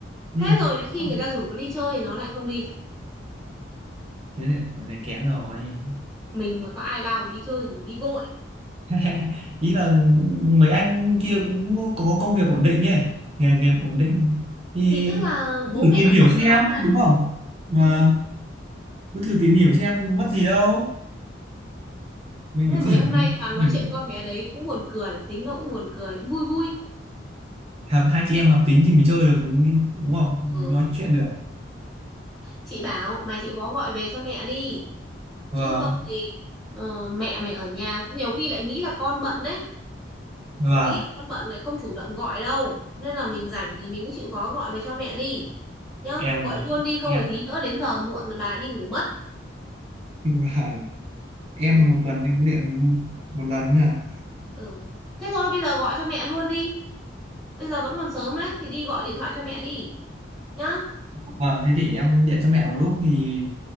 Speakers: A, on the right; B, in the centre.
A: ừ
B: thế rồi đến
A: Xong
B: khi người
A: rồi,
B: ta rủ nó đi chơi thì nó lại không đi
A: thế này thế này kén rồi
B: mình mà có ai bao mình đi chơi thì mình đi vội
A: <laughs> ý là mấy anh kia cũng có công việc ổn định ấy nghề nghiệp ổn định thì
B: thì tức là bố
A: thử
B: mẹ
A: tìm
B: nó
A: hiểu
B: chọn
A: xem
B: cho nó mà
A: đúng không mà
B: ừ.
A: cứ thử tìm hiểu xem mất gì đâu mình
B: thế
A: chỉ
B: mấy
A: thử
B: hôm nay toàn nói
A: thử-
B: chuyện con bé đấy cũng buồn cười tính nó cũng buồn cười vui vui
A: hợp hai chị em hợp tính thì mình chơi được đúng không
B: ừ.
A: mình nói chuyện được
B: chị bảo mày chịu khó gọi về cho mẹ đi
A: vâng
B: chứ không thì ờ, mẹ mày ở nhà nhiều khi lại nghĩ là con bận đấy
A: vâng
B: nghĩ là con bận lại không chủ động gọi đâu nên là mình rảnh thì mình cứ chịu khó gọi về cho mẹ đi nhá
A: em
B: gọi luôn đi không
A: em
B: phải tí nữa đến giờ muộn là bà đi ngủ mất
A: <laughs> vâng. em
B: ừ
A: một tuần em có điện một lần à
B: ừ thế thôi bây giờ gọi cho mẹ luôn đi bây giờ vẫn còn sớm đấy thì đi gọi điện thoại cho mẹ đi nhá
A: Vâng, thế thì em điện cho mẹ một lúc thì